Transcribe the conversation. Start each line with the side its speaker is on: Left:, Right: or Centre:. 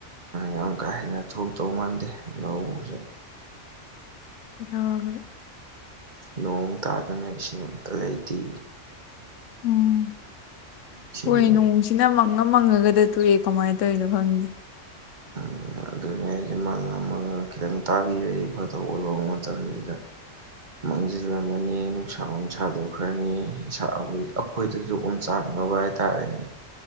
Right: ꯌꯥꯝ ꯀꯥ ꯍꯦꯟꯅ ꯊꯣꯛꯇꯧ ꯃꯥꯟꯗꯦ ꯂꯧꯁꯦ
Left: ꯀꯩꯗꯧꯕꯒꯤ
Right: ꯅꯣꯡ ꯇꯥꯗꯃꯤꯅ ꯏꯁꯤꯡ ꯑꯝꯇꯥ ꯂꯩꯇꯦ
Left: ꯎꯝ
Right: ꯏꯁꯤꯡ
Left: ꯍꯣꯏ ꯅꯣꯡꯁꯤ ꯁꯤꯅ ꯃꯪꯉ ꯃꯪꯉꯒꯗꯥ ꯇꯣꯛꯑꯦ ꯀꯃꯥꯏꯟ ꯇꯧꯔꯤꯅꯣ ꯈꯪꯗꯦ
Right: ꯎꯝ ꯑꯗꯨꯅꯦ ꯍꯥꯏꯁꯦ ꯃꯪꯉꯥ ꯃꯪꯉꯥꯒ ꯈꯤꯇꯪ ꯇꯥꯕꯤꯔꯛꯑꯗꯤ ꯐꯗꯧꯕ ꯑꯣꯠ ꯂꯧꯕ ꯃꯇꯝꯁꯤꯗ ꯃꯥꯡꯖꯤꯜꯂꯝꯃꯅꯤ ꯅꯨꯡꯁꯥ ꯑꯃꯨꯛ ꯁꯥꯗꯣꯛꯈ꯭ꯔꯅꯤ ꯏꯁꯥ ꯑꯩꯈꯣꯏꯗꯁꯨ ꯑꯣꯝꯆꯥꯛꯅꯕ ꯍꯥꯏ ꯇꯥꯔꯦꯅꯦ